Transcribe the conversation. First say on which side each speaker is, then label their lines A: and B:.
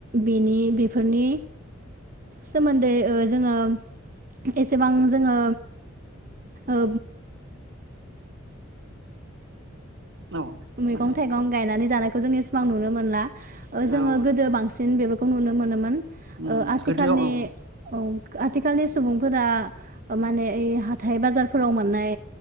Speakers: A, on the right (about 40°); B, on the right (about 60°).
A: बेनि बेफोरनि सोमोन्दै जोङो एसेबां जोङो ओ।
B: औ
A: मैगं
B: माने
A: थाइगं गायनानै जानाय खौ जों इसिबां‌ नुनो मोनला जोङो
B: औ
A: गोदो
B: नंगौ
A: बांसिन बेफोर खौ नुनो मोनोमोन
B: उम
A: ओ आथिखालनि
B: गोदोआव औ
A: औ। आथिखालनि सुबुंफोरा माने ओइ हाथाइ बाजारफोराव मोननाय